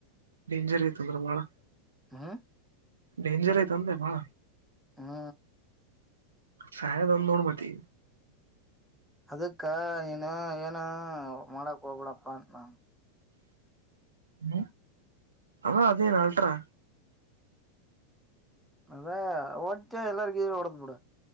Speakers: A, on the right; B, in the centre.
A: ಡೇಂಜರ್ ಐತಂದ್ರ ಬಾಳ್
B: ಹ್ಮ್
A: ಡೇಂಜರ್ ಆಯ್ತು ಅಂದೆ ಬಾಳ
B: ಹಾ
A: ಸಹಾಯದಂದೋಣ ಮತಿ
B: ಅದಕ್ಕ ನೀನು ಏನ ಮಾಡಕ್ ಹೋಗ್ಬಿಡಪ್ಪ ನಾನ್
A: ಹ್ಮ ಅ ಅದೇನು ಅಲ್ಟ್ರಾ
B: ಅದೇ ಓಡ್ತ ಎಲ್ಲಾರ್ ಗೀ ಓಡದ್ ಬಿಡ